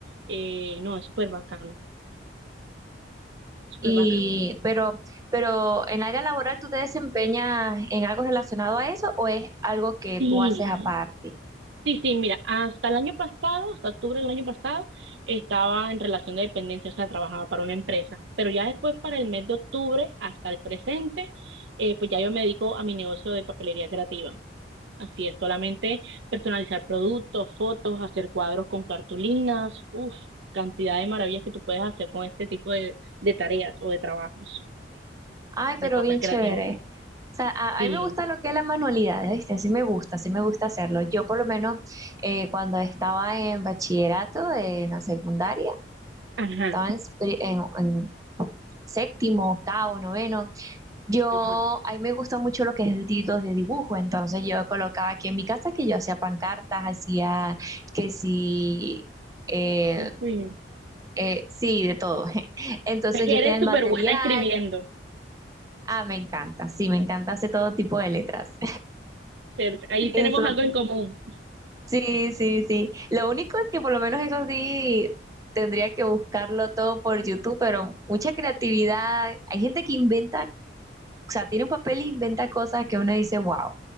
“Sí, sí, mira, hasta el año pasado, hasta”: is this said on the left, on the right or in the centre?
Right